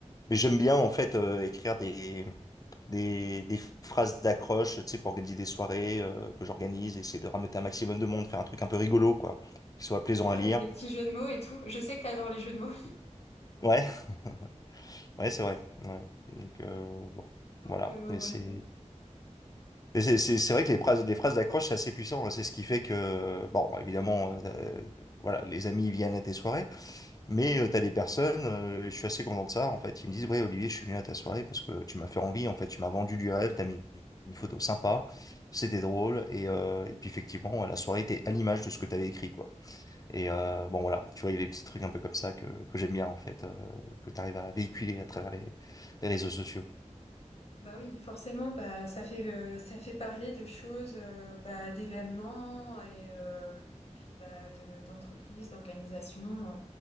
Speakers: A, on the left (about 30°); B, on the left (about 55°).
A: mais j'aime bien en fait euh, écrire des des des phrases d'accroche, tu sais, pour organiser des soirées euh, que j'organise, essayer de ramener un maximum de monde, faire un truc un peu rigolo, quoi, qui soit plaisant
B: c'est ça
A: à lire.
B: avec des petits jeux de mots et tout je sais que t'adores les jeux de mots
A: Ouais. <laughs> Ouais, c'est
B: <laughs> Les
A: vrai.
B: petits-
A: Ouais. Donc, euh, bon,
B: donc
A: voilà.
B: euh,
A: Mais
B: ouais
A: c'est, mais c'est, c'est c'est vrai que les phrases, les phrases d'accroche, c'est assez puissant. hein. C'est ce qui fait que, bon, évidemment, euh, euh, voilà, les amis viennent à tes soirées, mais euh, t'as des personnes, euh, je suis assez content de ça, en fait. Ils me disent, ouais, Olivier, je suis venu à ta soirée parce que tu m'as fait envie, en fait, tu m'as vendu du rêve, t'as mis une photo sympa, c'était drôle, et, euh, et puis effectivement, la soirée était à l'image de ce que t'avais écrit, quoi. Et euh, bon, voilà, tu vois, il y a des petits trucs un peu comme ça que, que j'aime bien, en fait, euh, que tu arrives à véhiculer à travers les, les réseaux sociaux.
B: Bah oui, forcément, bah ça fait euh, ça fait parler de choses, euh, bah, d'événements et, euh, et puis bah de- d'entreprises, d'organisations euh,